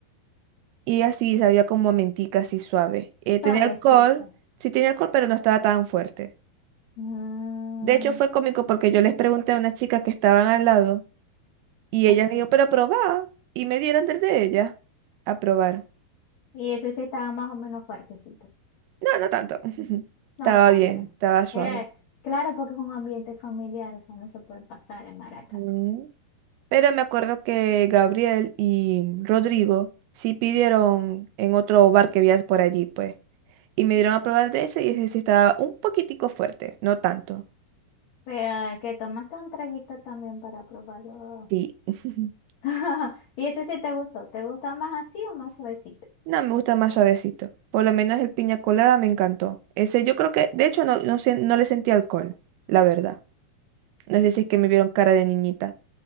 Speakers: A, on the right (about 80°); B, on the left (about 65°).
A: y así sabía como a mentica así suave. Eh, tenía
B: suavecito.
A: alcohol, sí tenía alcohol, pero no estaba tan fuerte.
B: Mm,
A: De hecho, fue cómico porque yo les pregunté a unas chicas que estaban al lado y
B: ok.
A: ellas me dijo, pero probá. Y me dieron del de ella a probar.
B: Y ese sí estaba más o menos fuertecito.
A: No, no tanto. <laughs>
B: No
A: Estaba
B: tanto.
A: bien, estaba suave.
B: Era, claro, porque es un ambiente familiar, o sea, no se puede pasar en maraca.
A: Mm. Pero me acuerdo que Gabriel y Rodrigo sí pidieron en otro bar que había por allí, pues. Y me dieron a probar de ese y ese sí estaba un poquitico fuerte, no tanto.
B: Pero que tomaste un traguito también para probarlo.
A: Sí. <laughs>
B: <laughs> Y eso sí te gustó. ¿Te gusta más así o más suavecito?
A: No, me gusta más suavecito. Por lo menos el piña colada me encantó. Ese yo creo que, de hecho, no, no, sen- no le sentí alcohol, la verdad. No sé si es que me vieron cara de niñita.